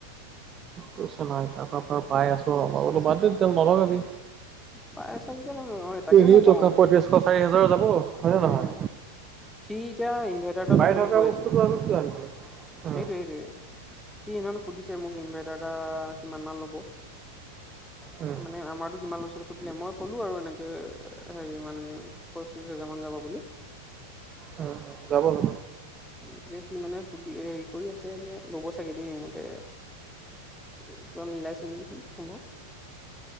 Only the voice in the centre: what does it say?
পাই আছা যেতিয়া অ তাকে
মই কওঁ
উম,
সি এতিয়া ইনভাৰ্টাৰ এটা
লম বুলি
কৈ
আছে।
সেইটোৱে, সেইটোৱে সি হেইডিনা সুধিছে মোক। ইনভাৰটাৰ এটা কিমান মান ল'ব।
মানে আমাৰতো কিমান লৈছিল সুধিলে। মই ক'লো আৰু এনেকে হেৰি ইমান পচ্ৰিশ হাজাৰ মান যাব বুলি।
তাকে সি মানে সুধি হেৰি কৰি আছে। ল'ব চাগে দেই মোৰ মতে। কিবা মিলাইছে নেকি সেই সম্ভৱ।